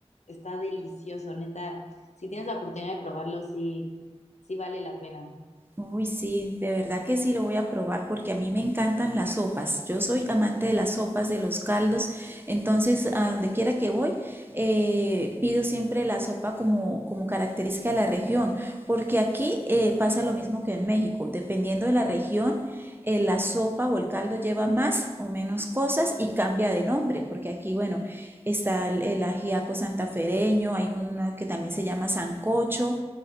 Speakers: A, on the left; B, on the right.
A: está delicioso, neta. Si tienes la oportunidad de probarlo, sí, sí vale la pena.
B: Uy, sí, de verdad que sí lo voy a probar porque a mí me encantan las sopas. Yo soy amante de las sopas, de los caldos. Entonces, a donde quiera que voy, eh, pido siempre la sopa como, como característica de la región. Porque aquí eh, pasa lo mismo que en México. Dependiendo de la región, eh, la sopa o el caldo lleva más o menos cosas y cambia de nombre, porque aquí, bueno, está el, el ajiaco santafereño, hay uno que también se llama sancocho,